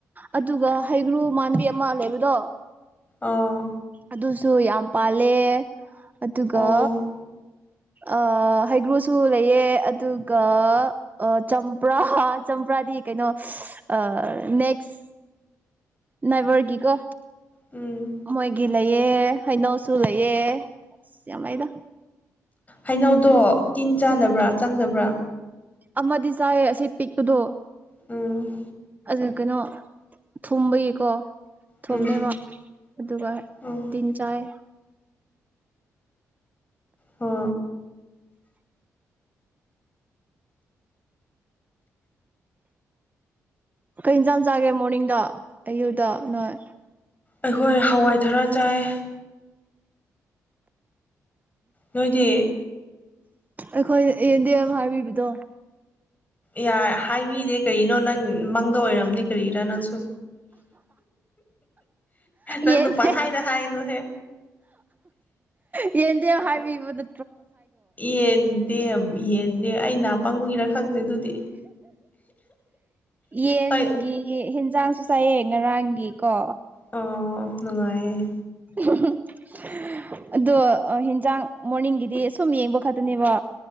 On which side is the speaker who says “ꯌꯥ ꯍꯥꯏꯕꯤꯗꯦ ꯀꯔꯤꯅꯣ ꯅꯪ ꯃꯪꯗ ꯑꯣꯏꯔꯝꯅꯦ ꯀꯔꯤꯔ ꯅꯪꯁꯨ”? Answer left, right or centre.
Left